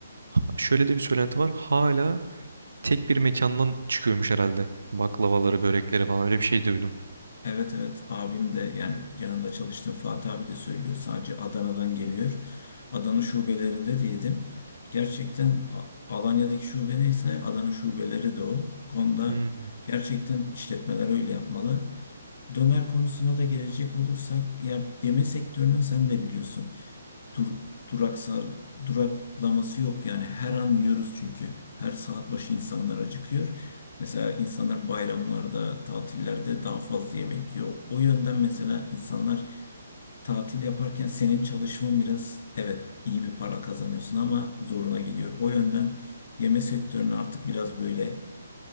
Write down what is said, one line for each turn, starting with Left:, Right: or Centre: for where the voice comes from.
Right: Ha- Şöyle de bir söylenti var. Hala tek bir mekandan çıkıyormuş herhalde. Baklavaları, börekleri falan öyle bir şey duydum.
Left: Evet evet abim de yani yanında çalıştığım Fatih abi de söylüyor. Sadece Adana'dan geliyor. Adana şubelerinde de yedim. Gerçekten A- Alanya'daki şube neyse Adana şubeleri de o. Bu Konuda
Right: Hı
Left: gerçekten işletmeler öyle yapmalı. Döner konusuna da gelecek olursak ya yeme sektörünün sen de biliyorsun dur, duraksar, duraklaması yok. Yani her an yiyoruz çünkü. Her saat başı insanlar acıkıyor. Mesela insanlar bayramlarda, tatillerde daha fazla yemek yiyor. O yönden mesela insanlar tatil yaparken senin çalışman biraz evet iyi bir para kazanıyorsun ama zoruna gidiyor. O yönden yeme sektörünü artık biraz böyle